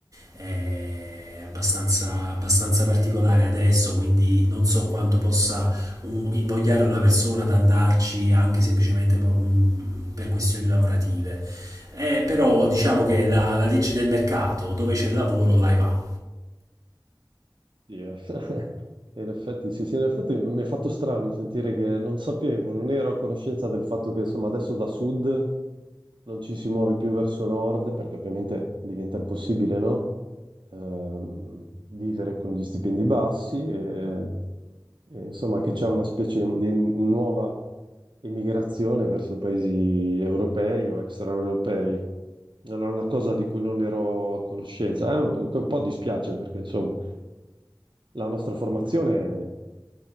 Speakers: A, on the right; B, on the right.
A: è abbastanza, abbastanza particolare adesso, quindi non so quanto possa uh, invogliare una persona ad andarci anche semplicemente po- mh, per questioni lavorative. Eh, però
B: Mhm,
A: diciamo che la, la legge del mercato, dove c'è il lavoro, là va.
B: Dio. <laughs> E in effetti, sì, sì, in effetti mi è fatto strano sentire che non sapevo, non ero a conoscenza del fatto che insomma adesso da sud non ci si muove più verso nord, perché ovviamente diventa impossibile, no? Ehm, vivere con gli stipendi bassi e, e, insomma che c'è una specie di nuova emigrazione verso paesi europei o extraeuropei. Era una cosa di cui non ero a conoscenza. Eh, un po' dispiace perché insomma la nostra formazione